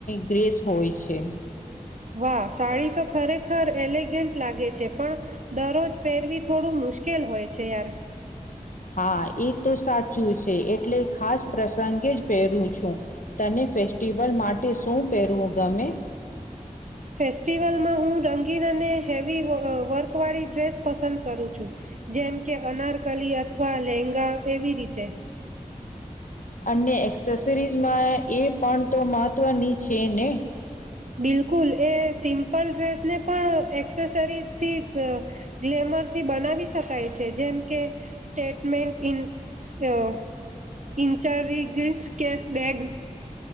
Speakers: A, on the left (about 70°); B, on the right (about 60°).
A: ગ્રેસ હોય છે.
B: વાહ સાડી તો ખરેખર એલીગેન્ટ લાગે છે પણ દરરોજ પહેરવી થોડું મુશ્કેલ હોય છે યાર.
A: હા એ તો સાચું છે એટલે ખાસ પ્રસંગે જ પહેરું છું તને ફેસ્ટિવલ માટે શું પહેરવું ગમે.
B: ફેસ્ટિવલમાં હું રંગીન અને હેવી વર્ક વાળી ડ્રેસ પસંદ કરું છું જેમ કે અનારકલી અથવા લેંગા એવી રીતે.
A: અને એક્સેસરીઝમાં એ પણ તો મહત્ત્વની છે ને.
B: બિલકુલ એ સિમ્પલ ડ્રેસને પણ એક્સેસરીઝથી ગ્લેમરથી બનાવી શકાય છે જેમ કે સ્ટેટમેન્ટ ઇ અં ઇન્ચરીગસ કે બેગ.